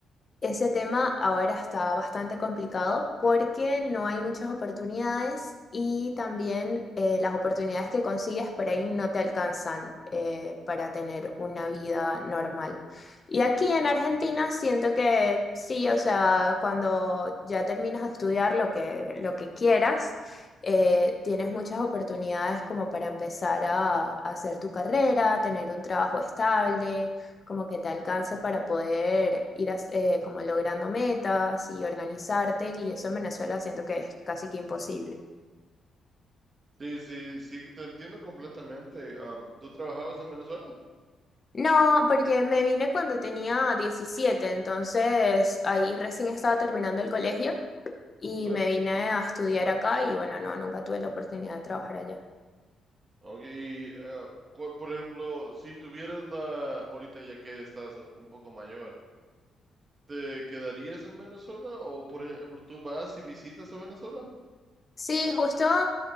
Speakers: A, on the left (about 35°); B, on the right (about 35°).
A: Ese tema ahora está bastante complicado porque no hay muchas oportunidades y también eh, las oportunidades que consigues por ahí no te alcanzan eh, para tener una vida normal. Y aquí en Argentina siento que sí, o sea, cuando ya terminas de estudiar lo que, lo que quieras, eh, tienes muchas oportunidades como para empezar a a hacer tu carrera, tener un trabajo estable como que te alcance para poder ir as- eh, como logrando metas y organizarte, y eso en Venezuela siento que es casi que imposible.
B: Sí, sí, sí, te entiendo completamente. Am, ¿tú trabajabas en Venezuela?
A: No, porque me vine cuando tenía diecisiete entonces ahí recién estaba terminando el colegio y
B: Claro.
A: me vine a estudiar acá y bueno, no, nunca tuve la oportunidad de trabajar allá.
B: Ok, y, eh, cu- por ejemplo, si tuvieras la, ahorita ya que estás un poco mayor, ¿te quedarías en Venezuela o, por ejemplo, tú vas y visitas a Venezuela?
A: Sí, justo